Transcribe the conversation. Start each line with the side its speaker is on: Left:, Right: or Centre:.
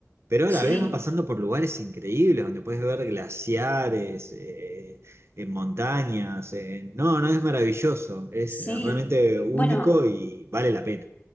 Right: Pero
Left: Sí,
Right: a la vez vas pasando por lugares increíbles donde puedes ver glaciares, eh, en montañas. eh. No, no es maravilloso, es
Left: sí.
Right: realmente único
Left: Bueno,
Right: y vale la pena.